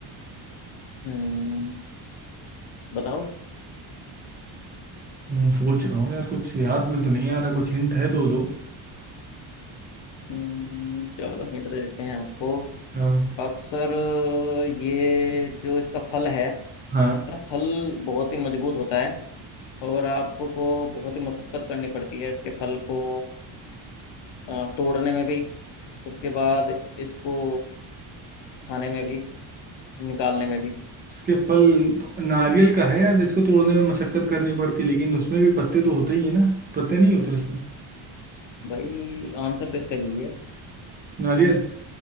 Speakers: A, on the left; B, on the right.
A: हम्म बताओ
B: हम्म सोच रहा हूँ यार कुछ याद में तो नहीं आ रहा कुछ हिंट है तो दो
A: हम्म, चलो हिंट दे देते हैं आपको
B: हाँ
A: अक्सर ये जो इसका फल है
B: हाँ
A: इसका फल बहुत ही मजबूत होता है और आपको बहुत ही मशक्कत करनी पड़ती है इसके फल को अ, तोड़ने में भी उसके बाद इसको खाने में भी निकालने में भी
B: उसके फल नारियल का है यार जिसको तोड़ने में मशक्कत करनी पड़ती है लेकिन उसमें भी पत्ते तो होते ही है ना पत्ते नहीं होते उसमें
A: भाई आंसर तो इसका यही है
B: नारियल